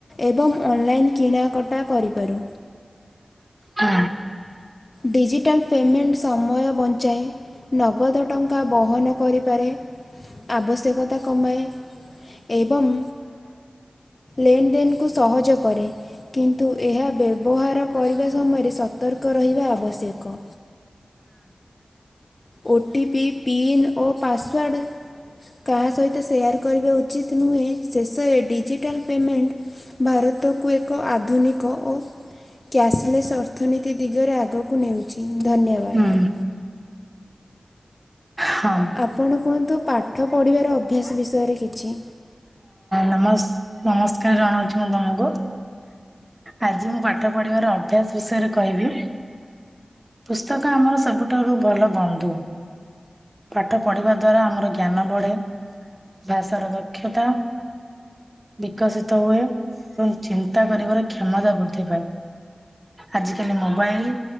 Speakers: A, on the left; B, on the right.
A: ଏବଂ ଅନଲାଇନ୍ କିଣା କଟା କରି ପାରୁ।
B: ହୁଁ
A: ଡିଜିଟାଲ ପେମେଣ୍ଟ ସମୟ ବଞ୍ଚାଏ। ନଗଦ ଟଙ୍କା ବହନ କରିପାରେ, ଆବଶ୍ୟକତା କମାଏ। ଏବଂ ଲେନ ଦେନକୁ ସହଜ କରେ। କିନ୍ତୁ ଏହା ବ୍ୟବହାର କରିବା ସମୟରେ ସତର୍କ ରହିବା ଆବଶ୍ୟକ। ଓ ଟି ପି ପିନ୍ ଓ ପାସୱାର୍ଡ଼ କାହା ସହିତ ସେୟାର କରିବା ଉଚିତ ନୁହେଁ, ଶେଷରେ ଡିଜିଟାଲ ପେମେଣ୍ଟ ଭାରତକୁ ଏକ ଆଧୁନିକ ଓ କ୍ୟାସଲେସ୍ ଅର୍ଥନୀତି ଦିଗରେ ଆଗକୁ ନଉଚି, ଧନ୍ୟବାଦ।
B: ହୁଁ ହଁ
A: ଆପଣ କୁହନ୍ତୁ ପାଠ ପଢ଼ିବାର ଅଭ୍ୟାସ ବିଷୟରେ କିଛି
B: ନମସ୍କା ନମସ୍କାର ଆମ ଛୁଆମାନଙ୍କୁ। ଆଜି ମୁଁ ପାଠ ପଢିବାର ଅଭ୍ୟାସ ବିଷୟରେ କହିବି। ପୁସ୍ତକ ଆମର ସବୁଠାରୁ ଭଲ ବନ୍ଧୁ। ପାଠ ପଢିବା ଦ୍ଵାରା ଆମର ଜ୍ଞାନ ବଢ଼େ, ଭାଷାର ଦକ୍ଷତା ବିକଶିତ ହୁଏ ଏବଂ ଚିନ୍ତା କରିବାର କ୍ଷମତା ବୃଦ୍ଧି ପାଏ। ଆଜିକାଲି ମୋବାଇଲ